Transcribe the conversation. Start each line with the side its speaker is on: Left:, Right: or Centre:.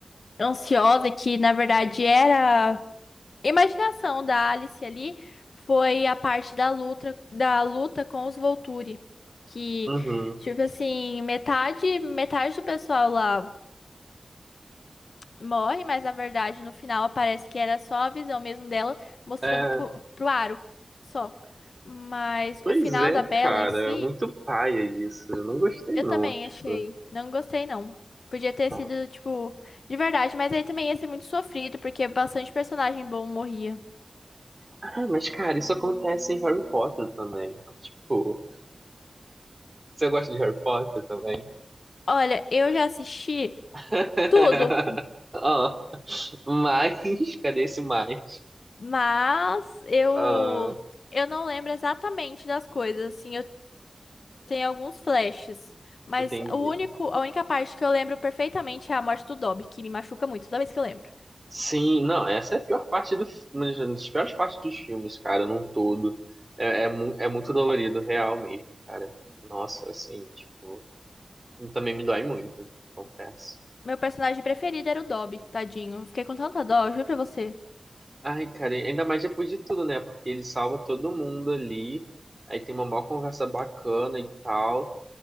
Left: ansiosa, que na verdade era imaginação da Alice ali, foi a parte da luta, da luta com os Volturi, que
Right: Uhum.
Left: tipo assim, metade, metade do pessoal lá morre, mas na verdade no final parece que era só a visão mesmo dela mostrando
Right: É,
Left: pro, pro Aro, só. Mas
Right: pois
Left: o final
Right: é,
Left: da Bella
Right: cara,
Left: em si
Right: muito paia isso. Eu não gostei
Left: Eu
Right: não,
Left: também
Right: tipo.
Left: achei. Não gostei, não. Podia ter
Right: Tá.
Left: sido, tipo, de verdade, mas aí também ia ser muito sofrido, porque bastante personagem bom morria.
Right: Ah, mas cara, isso acontece em Harry Potter também. Tipo, você gosta de Harry Potter também?
Left: Olha, eu já assisti
Right: <laughs>
Left: tudo,
Right: Ah, mas, cadê esse mais?
Left: mas eu
Right: Ah,
Left: eu não lembro exatamente das coisas, assim, eu tenho alguns flashes, mas
Right: entendi.
Left: o único, a única parte que eu lembro perfeitamente é a morte do Dobby, que me machuca muito toda vez que eu lembro.
Right: Sim, não, essa é a pior parte do, uma das piores partes dos filmes, cara, num todo. É, é, mu- é muito dolorido, real mesmo, cara. Nossa, assim, tipo, também me dói muito, confesso.
Left: Meu personagem preferido era o Dobby, tadinho. Eu Fiquei com tanta dó, eu juro pra você.
Right: Ai, cara, ainda mais depois de tudo, né? Porque ele salva todo mundo ali, aí tem uma maior conversa bacana e tal,